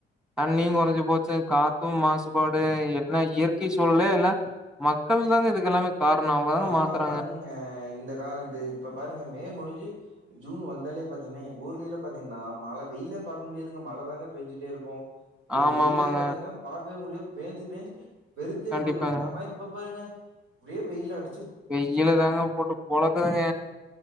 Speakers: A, in the centre; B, on the right.
A: தண்ணியு குறைஞ்சு போச்சு காத்தும் மாசுபாடு என்ன இயற்கை சூழ்ல இல்ல மக்கள் தான இதுக்கு எல்லாமே காரணோ அவங்கதாங்க
B: ஆமா
A: மாத்துறாங்க
B: ஆமாங்க இந்த கால இந்த இப்ப பாருங்க மே முடிஞ்சு ஜூன் வந்தாலே பாத்தீங்கன்னா எங்க ஊர்லல்ல பாத்தீங்கன்னா மழை வெயிலே பாக்க முடியது மழ தாங்க பெஞ்சுட்டே இருக்கு
A: ஆமாமாங்க
B: வெயிலே பாத்தீங்கன்னா பாக்வே முடிய பேஞ்சு பேஞ்சு வெருத்தே
A: கண்டிப்பாங்க.
B: போயிருங்க ஆனா இப்ப பாருங்க ஓரே வெயில் அடி
A: வெயிலு தாங்க போட்டு பொளக்குதுங்க